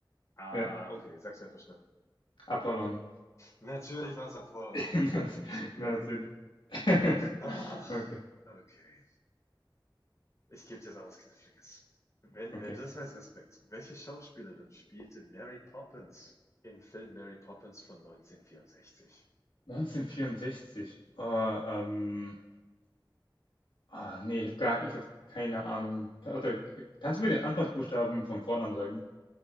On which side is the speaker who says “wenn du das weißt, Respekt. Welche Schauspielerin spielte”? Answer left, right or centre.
Left